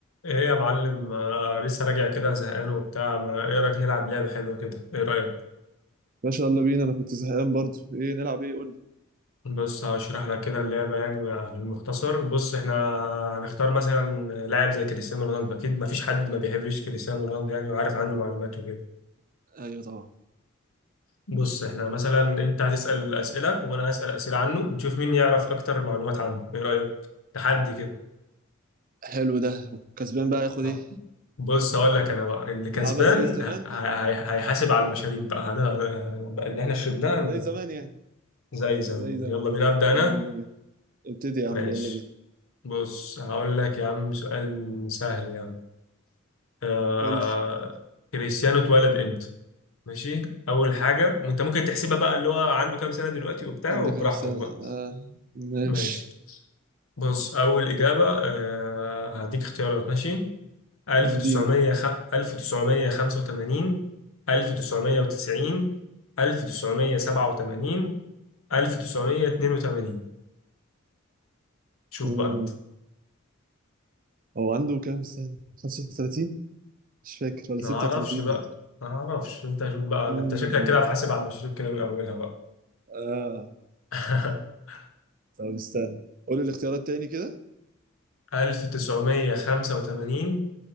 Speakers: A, on the left (about 80°); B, on the right (about 40°).
A: ايه يا معلم انا لسه راجع كده زهقان وبتاع ما ايه رايك نلعب لعبه حلوه كده ايه رايك
B: باشا يلا بينا انا كنت زهقان برضو ايه نلعب ايه قول لي
A: بص هشرح لك كده اللعبه يعني بالمختصر بص احنا هنختار مثلا لاعب زي كريستيانو رونالدو اكيد ما فيش حد ما بيحبش كريستيانو رونالدو يعني وعارف عنه معلومات وكده
B: ايوه طبعا
A: بص احنا مثلا انت هتسال اسئله وانا هسال اسئله عنه ونشوف مين يعرف اكتر معلومات عنه ايه رايك تحدي كده
B: حلو ده كسبان بقى ياخد
A: آه.
B: ايه
A: بص هقول لك انا بقى اللي كسبان
B: نلعبها زي زمان
A: ه- ه- هيحاسب على المشاريب بقى هن- بقى اللي احنا شربناها
B: زي زمان يعني
A: زي زمان
B: زي زمان
A: يلا بينا أبدأ أنا
B: يلا بينا ابتدي يا
A: ماشي
B: عم يلا بينا
A: بص هقول لك يا عم سؤال سهل يا عم آه...
B: قول لي
A: كريستيانو اتولد امتى ماشي أول حاجة أنت ممكن تحسبها بقى اللي هو عنده كام سنة دلوقتي وبتاع
B: عنده
A: وبراحتك
B: كام سنة
A: بقى
B: آه ماشي
A: ماشي بص أول إجابة آه... هديك اختيارات ماشي 1900
B: اديني
A: خ... 1985 1990 1987 1982 شوف
B: مم.
A: بقى أنت
B: هو عنده كام سنة 35 مش فاكر ولا
A: ما
B: 36
A: اعرفش بقى
B: ولا
A: ما اعرفش انت شوف بقى انت
B: امم
A: شكلك كده هتحاسب على المشاريب كده من اولها بقى
B: اه
A: <laughs>
B: طب استنى قول لي الاختيارات تاني كده
A: 1985